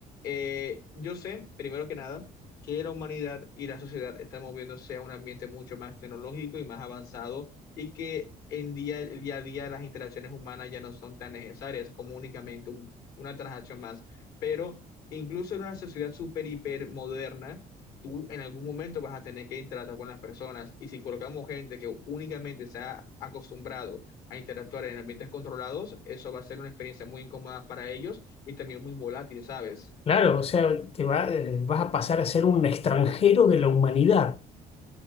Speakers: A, on the left (about 85°); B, on the left (about 40°).
A: eh, yo sé, primero que nada, que la humanidad y la sociedad están moviéndose a un ambiente mucho más tecnológico y más avanzado y que en día, el día a día las interacciones humanas ya no son tan necesarias como únicamente un- una transacción más. Pero incluso en una sociedad súper, hiper moderna, tú en algún momento vas a tener que interactuar con las personas. Y si colocamos gente que únicamente se ha acostumbrado a interactuar en ambientes controlados, eso va a ser una experiencia muy incómoda para ellos y también muy volátil, ¿sabes?
B: claro, o sea, te va- eh, vas a pasar a ser un extranjero de la humanidad,